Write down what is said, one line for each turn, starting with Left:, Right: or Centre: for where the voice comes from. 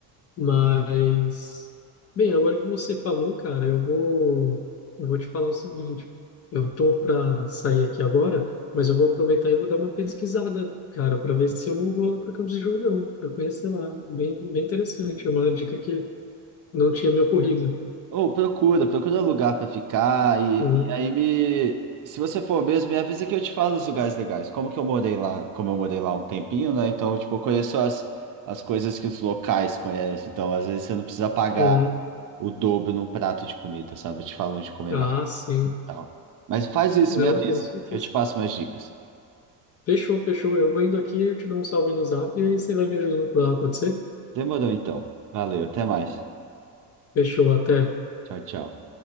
Left: Mas, bem, agora que você falou, cara, eu vou, eu vou te falar o seguinte. Eu tô para sair aqui agora, mas eu vou aproveitar e vou dar uma pesquisada, cara, para ver se eu não vou lá para Campos do Jordão, para conhecer lá. Bem, bem interessante, uma dica que não tinha me ocorrido.
Right: Ou procura, procura lugar pra ficar e,
Left: Uhum,
Right: e aí me. Se você for mesmo, me avisa que eu te falo os lugares legais. Como que eu morei lá, como eu morei lá um tempinho, né? Então, tipo, eu conheço as, as coisas que os locais conhecem. Então, às vezes você não precisa pagar
Left: uhum.
Right: o dobro num prato de comida, sabe? Eu te falo onde comer
Left: Ah,
Right: mais e
Left: sim.
Right: tal. Mas faz isso,
Left: Não,
Right: me avisa,
Left: com certeza.
Right: que eu te passo mais dicas.
Left: Fechou, fechou. Eu vou indo aqui, eu te dou um salve no Zap e aí você vai me ajudando por lá, pode ser?
Right: Demorou então. Valeu, até mais.
Left: Fechou, até.
Right: Tchau, tchau.